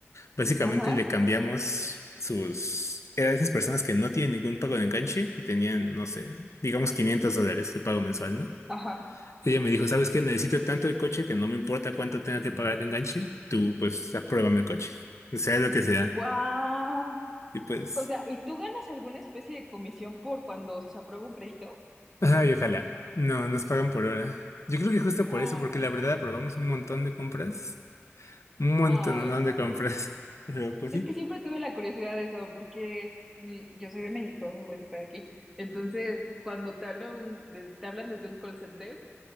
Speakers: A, on the left; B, in the centre.
A: Básicamente
B: ajá,
A: le cambiamos sus... Era de esas personas que no tienen ningún pago de enganche y tenían, no sé, digamos 500 dólares de pago mensual, ¿no?
B: ajá.
A: Ella me dijo, ¿sabes qué? Necesito tanto el coche que no me importa cuánto tenga que pagar de enganche. Tú, pues, apruébame el coche. Sea lo que sea.
B: ¡Guau!
A: Y pues...
B: O sea, ¿y tú ganas alguna especie de comisión por cuando se aprueba un crédito?
A: Ay, ojalá. No, nos pagan por hora. Yo creo que justo
B: Ay.
A: por eso, porque la verdad aprobamos un montón de compras. Un montón
B: Ah, ya.
A: de compras. <laughs> Pero, pues
B: Es
A: sí.
B: que siempre tuve la curiosidad de eso, porque mm, yo soy de México, pues estoy aquí. Entonces, cuando te hablan, de- te hablan desde un call center,